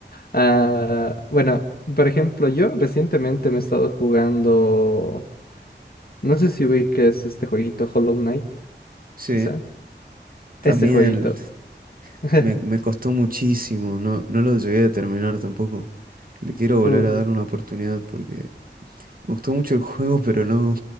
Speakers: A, on the left (about 55°); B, on the right (about 50°).
A: Ah, bueno, por ejemplo, yo recientemente me he estado jugando. No sé si ubiques este jueguito, Hollow Knight,
B: Sí,
A: quizá. Ese
B: también
A: jueguito. <laughs>
B: me, me costó muchísimo, no, no lo llegué a terminar tampoco. Le quiero volver
A: Uh,
B: a dar una oportunidad porque me gustó mucho el <laughs> juego, pero no, <laughs> no